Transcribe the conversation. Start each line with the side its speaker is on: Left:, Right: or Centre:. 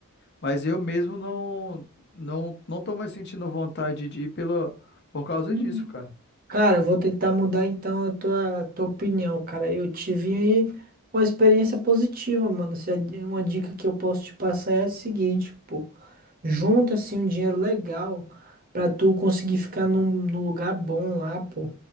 Left: Mas eu mesmo não não não tô mais sentindo vontade de ir pela por causa
Right: Hum.
Left: disso, cara.
Right: Cara, eu vou tentar mudar então a tua, tua opinião, cara. Eu tive uma experiência positiva, mano. Se é uma dica que eu posso te passar é a seguinte, pô. Junta assim um dinheiro legal pra tu conseguir ficar num, num lugar bom lá, pô.